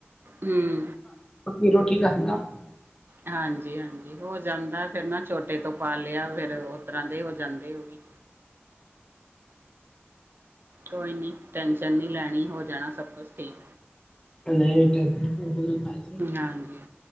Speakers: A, on the right; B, on the left.
A: ਹਮ।
B: ੀਰੋ ਠੀਕ ਆ ਸੁ <unintelligible>
A: ਹਾਂਜੀ-ਹਾਂਜੀ ਹੋ ਜਾਂਦਾ ਫਿਰ ਨਾ ਛੋਟੇ ਤੋਂ ਪਾ ਲਿਆ ਫਿਰ ਉਸ ਤਰਾਂ ਦੇ ਹੋ ਜਾਂਦੇ ਅੋ ਵੀ। ਕੋਈ ਨਹੀਂ ਟੈਨਸ਼ਨ ਨਹੀਂ ਲੈਣੀ ਹੋ ਜਾਣਾ ਸਭ ਕੁਛ ਠੀਕ।
B: <unintelligible>
A: ਹਾਂਜੀ-ਹਾਂਜੀ।